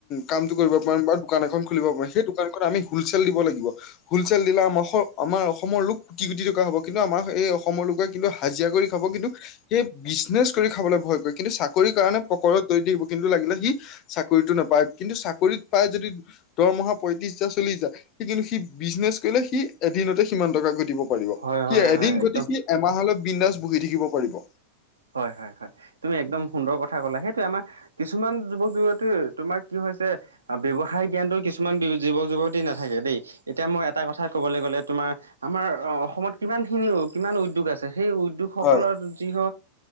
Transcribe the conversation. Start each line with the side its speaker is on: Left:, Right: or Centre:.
Left: কামটো কৰিব পাৰিম বা দোকান এখন খুলিব পাৰিম সেই দোকানখন আমি হলচেল দিব লাগিব হলচেল দিলাৰ আমাৰ আমাৰ অসমৰ লোক কোটি কোটি টকা হ'ব কিন্তু আমাৰ এই অসমৰ লোকে কিন্তু হাজিৰা কৰি খাব কিন্তু সেই বিজনেচ কৰি খাবলৈ ভয় কৰে কিন্তু চাকৰি চাকৰিৰ কাৰণে পকৰ তৈ থাকিব কিন্তু লাগিলে সি চাকৰিতটো নাপায় কিন্তু চাকৰিত পাই যদি দৰমহা পঁয়ত্ৰিশ হাজাৰ চল্লিছ হাজাৰ সি কিন্তু সি বিজনেছ কৰিলে সি এদিনতে সিমান টকা ঘটিব
Right: হয়
Left: সি
Right: হয় হয়
Left: এদিন
Right: হয় একদম
Left: ঘটি সি এমাহলৈ বিন্দাজ বহি থাকিব পাৰিব
Right: হয় হয় হয় তুমি একদম সুন্দৰ কথা ক'লা সেইটোৱে আমাৰ কিছুমান যুৱক যুৱতী তোমাৰ কি হৈছে। ব্যৱসায় জ্ঞানতো কিছুমান যুৱক যুৱতী নাথাকে দেই এতিয়া মই এটা কথা কবলৈ গ'লে তোমাৰ আমাৰ অ অসমত কিমান খিনি কিমান উদ্যোগ আছে সেই উদ্যোগ সকলৰ
Left: হয়
Right: যি